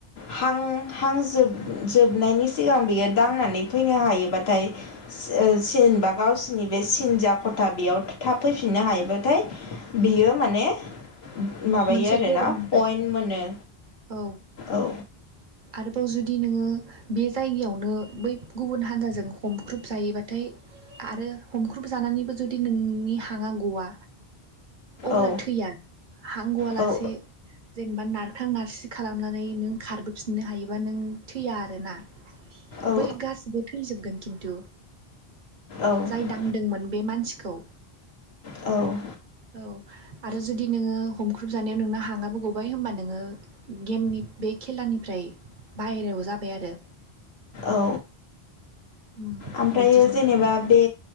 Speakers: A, on the left (about 75°); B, on the right (about 55°).
A: हां हां जोब जोबनायनि सिगां बेयाय दांनानै फैनो हायोबाथाय ओ जेनबा गावसोरनि बे सिन जा खथा बेयाव थाब फैफिननो हायोबाथाय
B: औ
A: बियो माने माबायो
B: मोनसे
A: आरोना
B: गर मोनबाय
A: पइन्ट मोनो।
B: औ।
A: औ
B: आरोबाव जुदि नोङो बे जायगायावनो बै गुबुन हान्जाजों हमख्रुब जायोबाथाय आरो हमख्रुब जानानैबो जुदि नोंनि हाङा ग'आ अब्ला
A: औ
B: थैया हांग'वा लासे
A: औ
B: जेनेबा नार सि खालामनानै नों खारबोफिननो हायोबा नों थैया आरो ना।
A: औ
B: बै गासिबो थैजोबगोन खिन्थु।
A: औ
B: जाय दांदोंमोन बे मानसि खौ।
A: औ
B: औ आरो जुदि नोङो हमख्रुब जानायाव नोंना हाङाबो गबाय होमबा नोङो गेमनि बे खेलानिफ्राय बाहेराव जाबाय आरो।
A: औ
B: उम
A: आमफ्रायो
B: बिदिनो
A: जेनेबा बे